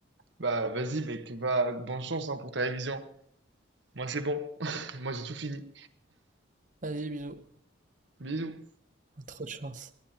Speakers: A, on the right; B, on the right.
A: Bah, vas-y, mec, va, bonne chance hein, pour ta révision. Moi, c'est bon. <laughs> Moi, j'ai tout fini.
B: Vas-y, bisous.
A: Bisous.
B: Trop de chance.